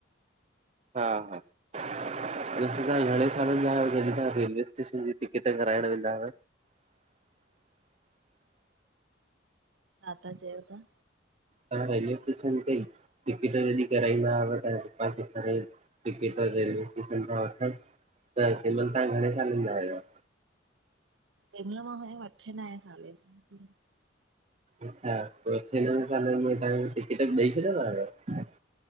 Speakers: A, on the right; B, on the right.
A: हा -हा, तॾहिं तव्हां घणे सालन जा हुयव, जॾहिं तव्हां रेलवे स्टेशन जी टिकिट कराइण वेंदाव?
B: छा था चयो तां?
A: तां रेलवे स्टेशन तेई टिकट जॾीं कराईंदाव त तां केतिरे टिकट रेलवे स्टेशन था वठनि त कंहिं महिल तव्हां घणे सालनि जा आहियो <unintelligible>
B: तंहिं महिल मां हूयम अठे नाएं साले जी।
A: अच्छा पोइ त्हखे टिकट े छ न <inaudible>